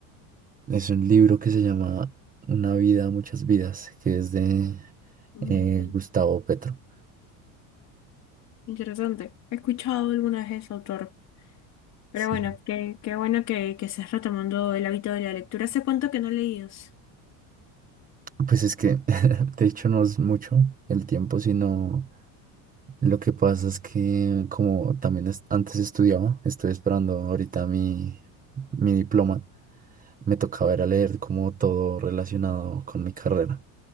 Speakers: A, on the right; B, on the left.
A: Es un libro que se llama Una vida, muchas vidas, que es de
B: Mm,
A: eh,
B: inter-
A: Gustavo Petro.
B: interesante. He escuchado alguna vez ese autor. Pero
A: Sí.
B: bueno, qué, qué bueno que, que estés retomando el hábito de la lectura. ¿Hace cuánto que no leías?
A: Pues es que, <laughs> de hecho, no es mucho el tiempo, sino lo que pasa es que como también es- antes estudiaba, estoy esperando ahorita mi, mi diploma, me tocaba ir a leer como todo relacionado con mi carrera.